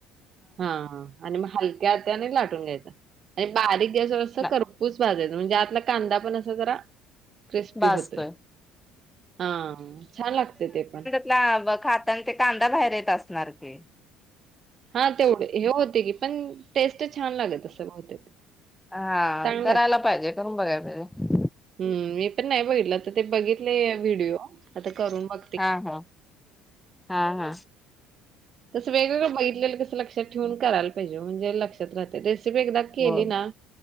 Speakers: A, on the right; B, in the centre.
A: हा आणि म हलक्या हाताने लाटून घ्यायचा आणि बारीक ते जरासं
B: ना
A: खरपूस भाजायचं म्हणजे आतला कांदा पण असा जरा क्रिस्पी
B: भाजतोय
A: होतोय हा छान लागतय ते पण
B: लाब खाताना ते कांदा बाहेर येत असणार की.?
A: हा तेवढंं हे होतयं की, पण टेस्ट छान लागत असंल बहुतेक.
B: हा
A: चांगली
B: कराला पाहिजे, करून बघाय पाहिजे.
A: हं.. मी पण नाही बघितलं आता ते बघितलंय व्हिडिओ आता करून बघ
B: हा, हा. हा, हा.
A: तसं वेगवेगळं बघितलेलं कसं लक्षात ठेवून करायला पाहिजे, वो, म्हणजे लक्षात राहते रेसिपी एकदा केली
B: हो
A: ना